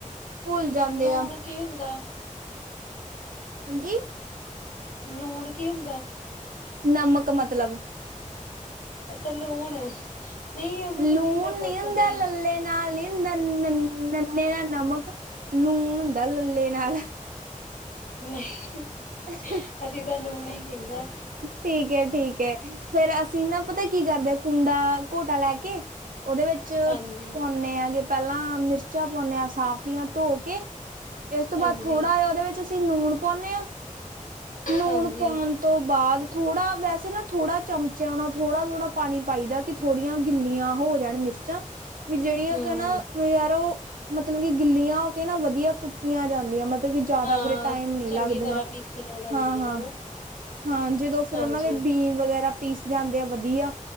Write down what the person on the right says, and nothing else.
ਭੁੱਲ ਜਾਂਦੇ
ਆ
ਹਾਂਜੀ।
ਨਮਕ ਮਤਲਬ।
ਲੂਣ
ਨੀ ਹੁੰਦਾ
ਲੱਲੇ ਨਾਲ ਨੀ ਹੁੰਦਾ। ਨਨ ਨੰਨੇ ਨਾਲ ਨਮਕ ਲੂਣ ਹੁੰਦਾ ਲੱਲੇ ਨਾਲ।
<unintelligible>
ਠੀਕ ਹੈ ਠੀਕ ਹੈ ਫੇਰ ਅ ਅਸੀਂ ਨਾ ਪਤਾ ਕੀ ਕਰਦੇ ਆ ਕੂਡਾ ਘੋਟਾ ਲੈ ਕੇ, ਉਹਦੇ ਵਿੱਚ
ਪਾਉਂਨੇ ਆ ਗੇ। ਪਹਿਲਾਂ ਮਿਰਚਾਂ ਪਾਉਂਨੇ ਆ ਸਾਵਤੀਆਂ ਧੋ ਕੇ, ਇਸ ਤੋਂ ਬਾਅਦ
ਥੋੜਾ ਜਾ ਉਹਦੇ ਵਿੱਚ ਅਸੀਂ ਨੂਣ ਪਾਉਂਨੇ ਆ, ਨੂਣ
ਪਾਉਣ ਤੋਂ ਬਾਅਦ ਥੋੜਾ ਵੈਸੇ ਨਾ ਥੋੜਾ ਚਮਚਿਆਂ ਨਾਲ ਥੋੜਾ-ਥੋੜਾ ਪਾਣੀ ਪਾਈ ਦਾ। ਕਿ ਥੋੜੀਆਂ ਗਿੱਲੀਆਂ ਹੋ ਜਾਣ ਮਿਰਚਾਂ। ਵੀ ਜਿਹੜੀਆਂ
ਕ ਨਾ ਯਾਰ ਉਹ, ਮਤਲਬ ਕਿ ਗਿੱਲੀਆਂ ਹੋ ਕੇ ਨਾ ਵਧੀਆ ਕੁੱਟੀਆਂ ਜਾਂਦੀਆਂ ਮ ਜਿਆਦਾ
ਫੇਰ ਟਾਈਮ ਨੀ
ਲੱਗਦੀਆਂ।
ਹਾਂ-ਹਾਂ,
ਹਾਂ ਜਦੋਂ ਫਿਰ
ਉਹਨਾਂ ਦੇ ਬੀ ਵਗੈਰਾ ਪੀਸ ਜਾਂਦੇ ਆ ਵਧੀਆ